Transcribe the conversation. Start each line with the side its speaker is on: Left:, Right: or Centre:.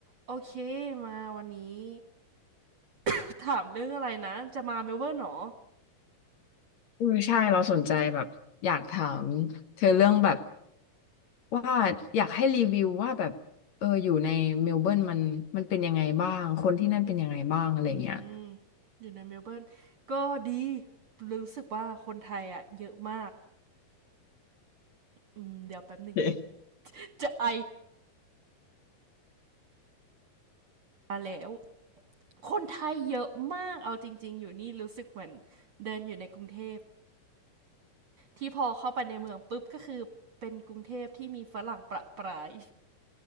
Right: โอเคมาวันนี้ <laughs> ถามเรื่องอะไรนะจะมาเมลเบิร์นเหรอ
Left: อือใช่เราสนใจแบบอยากถามเธอเรื่องแบบว่าอยากให้รีวิวว่าแบบเอออยู่ในเมลเบิร์นมันมันเป็นยังไงบ้างคนที่นั่นเป็นยังไงบ้างอะไรเงี้ย
Right: อืมอยู่ในเมลเบิร์นก็ดีรู้สึกว่าคนไทยอ่ะเยอะมากอืมเดี๋ยวแป๊บหนึ่ง
Left: โอเค
Right: <laughs> จะไอมาแล้วคนไทยเยอะมากเอาจริงๆอยู่นี่รู้สึกเหมือนเดินอยู่ในกรุงเทพที่พอเข้าไปในเมืองปุ๊บก็คือเป็นกรุงเทพที่มีฝรั่งประปราย